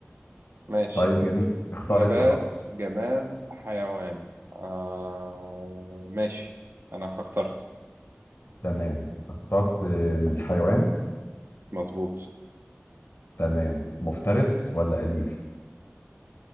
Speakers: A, on the right; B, on the left.
A: ماشي
B: طيب
A: ن-
B: جميل اختار
A: نبات
B: انت بقى
A: جماد حيوان آه ماشي أنا اخترت
B: تمام اخترت من حيوان
A: مظبوط
B: تمام مفترس ولا أليف